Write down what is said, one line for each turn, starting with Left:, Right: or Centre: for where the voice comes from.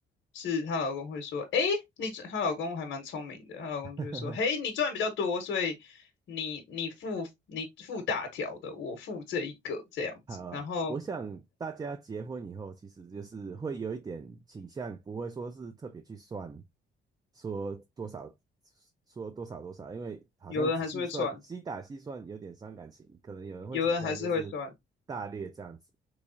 Left: 是她老公会说，诶，你赚她老公还蛮聪明的，她老公就会说，
Right: <laughs>
Left: 嘿，你赚比较多，所以你你付你付大条的，我付这一个这样子。
Right: 好，
Left: 然后
Right: 我想大家结婚以后，其实就是会有一点倾向，不会说是特别去算说多少，说多少多少，因为好像仔细算，
Left: 有人还是会算，
Right: 精打细算有点伤感情，可能有人会倾向就是大略这样子。
Left: 有人还是会算，